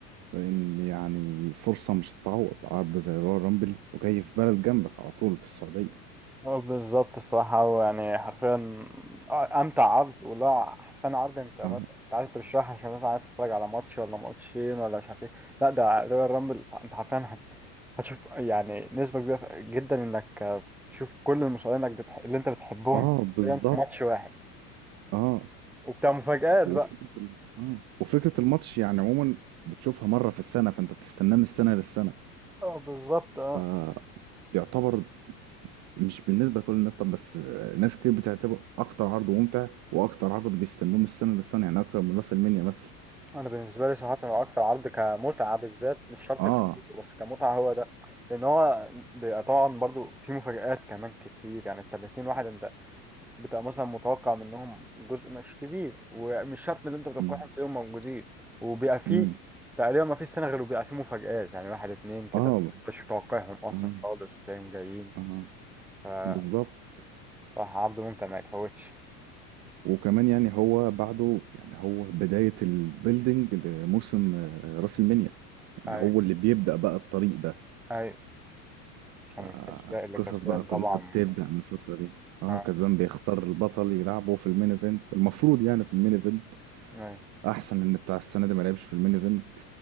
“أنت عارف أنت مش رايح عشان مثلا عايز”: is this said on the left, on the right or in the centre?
Centre